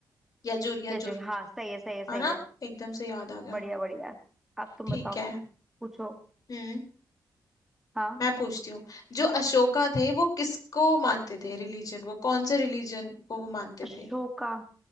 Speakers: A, on the left (about 55°); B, in the centre.
A: यजुर यजुर
B: यजुर हाँ सही है सही है सही
A: है ना
B: है
A: एकदम से याद आ गया
B: बढ़िया बढ़िया अब तुम
A: ठीक
B: बताओ
A: है
B: पूछो
A: हम्म
B: हाँ
A: मैं पूछती हूँ जो अशोका थे वो किसको मानते थे रिलीजन को कौन से रिलीजन को वो मानते
B: अशोका
A: थे